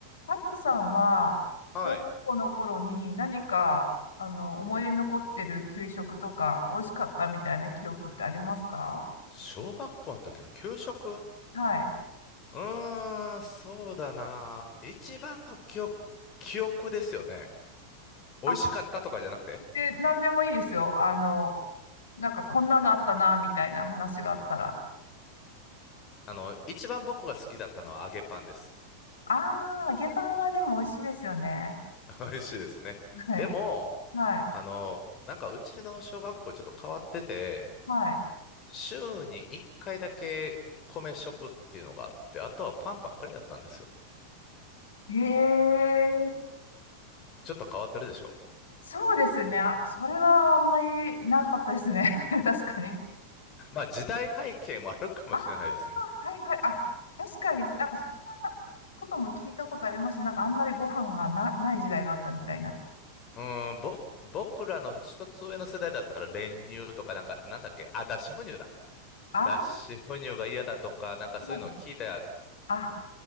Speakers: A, on the left; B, on the left.
A: タックさんは、小学校の頃に何か、
B: はい。
A: あの、思い出に残ってる給食とか、美味しかったみたいな記憶ってありますか
B: 小学校の時の給食
A: はい。
B: うーん、そうだな。一番の記憶、記憶ですよね。美味しかったとかじゃなくて、
A: あ、で、何でもいいですよ。あの、なんかこんなのあったな、みたいな話があったら。
B: あの、一番僕が好きだったのは揚げパンです。
A: あー、揚げパンはでも美味しいですよね。
B: <laughs> 美味しいですね。
A: はい。
B: でも、
A: はい。
B: あの、なんかうちの小学校ちょっと変わってて、
A: はい。
B: 週に1回だけ米食っていうのがあって、あとはパンばっかりだったんですよ。
A: へえ、
B: ちょっと変わってるでしょ
A: そうですね。あそれはあんまりなかったですね。<laughs> 確かに。
B: まあ時代背景もあるかもしれないですね。
A: ああ、はいはい。あ、確かになんかそんなことも聞いたことありますね。なんかあんまりご飯がな、ない時代があったみたいな。
B: うん、ぼ、僕らの一つ上の世代だったら練乳とかなんか、なんだっけ、あ、脱脂粉乳だ。
A: ああ、
B: 脱脂粉乳が嫌だとか、なんかそういうのを聞いた
A: もうあ、